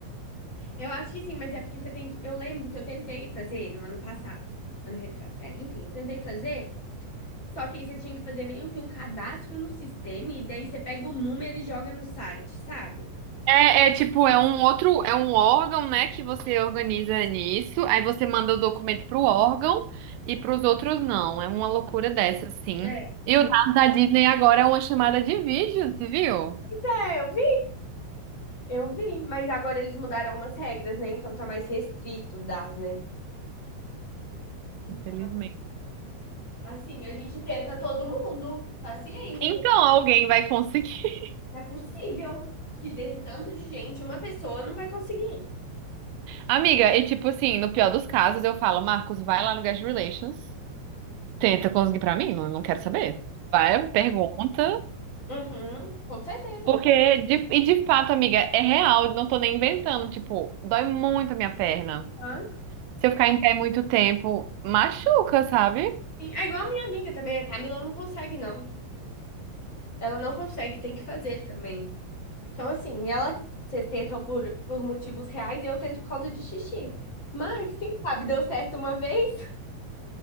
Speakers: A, on the left (about 25°); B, on the right (about 80°).
A: Eu acho que sim, mas é porque você tem que. Eu lembro que eu tentei fazer no ano passado. Ano retrasado. É, enfim, eu tentei fazer. Só que aí você tinha que fazer meio que um cadastro no sistema e daí você pega o número e joga no site, sabe?
B: É, é tipo, é um outro, é um órgão, né, que você organiza nisso, aí você manda o documento pro órgão e pros outros não. É uma loucura dessa, assim.
A: É.
B: E o dado da Disney agora é uma chamada de vídeo, você viu?
A: É, eu vi, eu vi, mas agora eles mudaram umas regras, né? Então tá mais restrito das, né? Então,
B: Infelizmente.
A: assim, a gente tenta todo mundo. Paciência,
B: Então
A: to-
B: alguém vai conseguir. <laughs>
A: é possível que desse tanto de gente, uma pessoa não vai conseguir.
B: Amiga, e tipo assim, no pior dos casos, eu falo, Marcos, vai lá no Guest Relations, tenta conseguir pra mim, não, não quero saber. Vai, pergunta.
A: Uhum, com certeza.
B: Porque, de, e de fato, amiga, é real, não tô nem inventando. Tipo, dói muito a minha perna.
A: Ah,
B: Se eu ficar em pé muito tempo, machuca, sabe?
A: sim. É igual a minha amiga também, a Camila não consegue, não. Ela não consegue, tem que fazer também. Então, assim, ela, vocês tentam por, por motivos reais e eu tento por causa de xixi. Mas, quem sabe, deu certo uma vez?